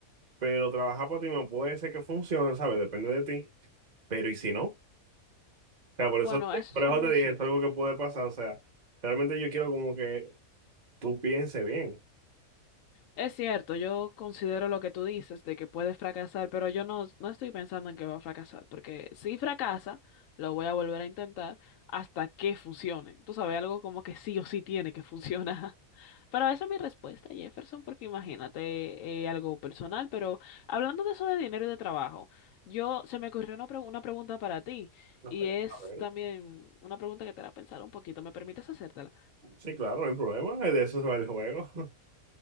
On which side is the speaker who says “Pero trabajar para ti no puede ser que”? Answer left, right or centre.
Right